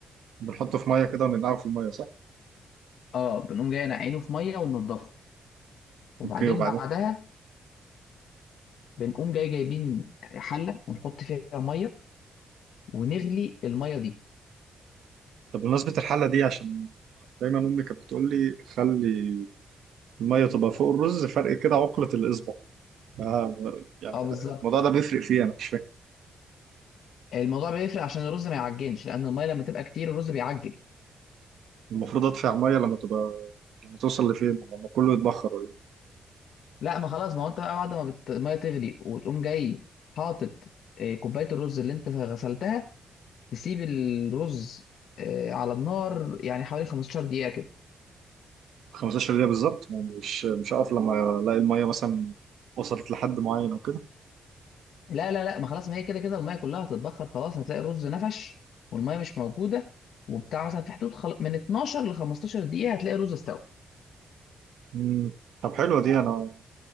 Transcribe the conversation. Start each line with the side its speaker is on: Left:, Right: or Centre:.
Right: بنحطه في مية كده وننقعه في المية صح؟
Left: اه بنقوم جاي نعينه في ميه وننضفه وبعدين
Right: اوكي وبعدين
Left: بعدها بنقوم جاي جايبين حله ونحط فيها ميه ونغلي الميه دي
Right: طب بمناسبة الحلة دي عشان دايما أمي كانت بتقول لي خلي المية تبقى فوق الرز فرق كده عقلة الإصبع آه يعني
Left: اه بالظبط
Right: الموضوع ده بيفرق فيه أنا مش فاهم
Left: الموضوع بيفرق عشان الرز ما يعجنش لان الميه لما تبقى كتير الرز بيعجن
Right: المفروض أدفع مية لما تبقى لما توصل لفين؟ لما كله يتبخر ولا إيه؟
Left: لا ما خلاص ما هو انت بقى بعد ما بت... الميه تغلي وتقوم جاي حاطط آه، كوبايه الرز اللي انت غسلتها تسيب الرز آه، على النار يعني حوالي 15 دقيقه كده
Right: 15 دقيقة بالظبط يعني مش مش هقف لما ألاقي المية مثلا وصلت لحد معين أو كده
Left: لا لا لا ما خلاص ما هي كده كده الميه كلها هتتبخر خلاص هتلاقي الرز نفش والميه مش موجوده وبتاع مثلا في حدود خل... من 12 ل 15 دقيقه هتلاقي الرز استوى
Right: مم. طب حلوة دي أنا